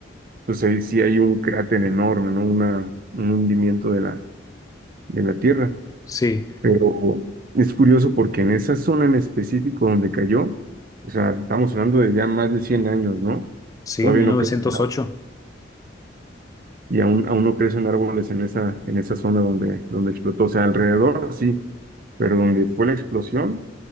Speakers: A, on the right; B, on the left.
A: pues ahí sí hay un cráter enorme, ¿no? Una, un hundimiento de la, de la Tierra.
B: sí,
A: Pero es curioso porque en esa zona en específico donde cayó, o sea, estamos hablando de ya más de 100 años, ¿no?
B: sí,
A: Todavía
B: mil
A: no
B: novecientos
A: crece, ¿no?
B: ocho.
A: Y aún, aún no crecen árboles en esa, en esa zona donde, donde explotó. O sea, alrededor sí, pero donde fue la explosión,